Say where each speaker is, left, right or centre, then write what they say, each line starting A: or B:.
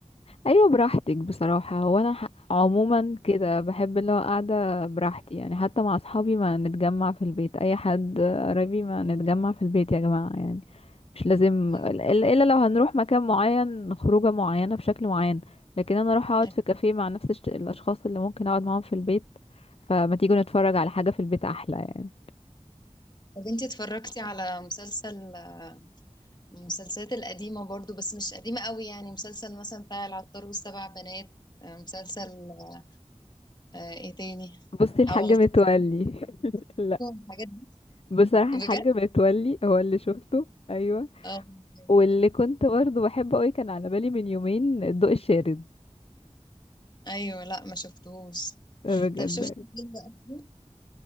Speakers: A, on the left; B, on the left.
A: ايوه براحتك بصراحه هو انا ح- عموما كده بحب اللي هو قاعده براحتي يعني حتى مع اصحابي ما نتجمع في البيت اي حد قريبي ما نتجمع في البيت يا جماعه يعني مش لازم
B: أيوة.
A: الا إلا لو هنروح مكان معين خروجه معينه بشكل معين لكن انا اروح اقعد
B: أيوة.
A: في كافيه مع نفس الش- الاشخاص اللي ممكن اقعد معاهم في البيت فما تيجوا نتفرج على حاجه في البيت احلى يعني
B: طب انتي اتفرجتي على مسلسل آه، المسلسلات القديمة برضه بس مش قديمة قوي يعني مسلسل مثلا بتاع العطار والسبع بنات آه، مسلسل آه، آه، ايه تاني
A: بصي الحاج
B: او غفور
A: متولي <laughs> لا
B: الحاجات دي
A: بصراحه
B: بجد
A: الحاج متولي هو اللي شفته ايوه
B: اه جميل.
A: واللي كنت برضه بحبه قوي كان على بالي من يومين الضوء الشارد
B: ايوه لا ما شفتهوش
A: بجد
B: طب شفت الفيلم أصله؟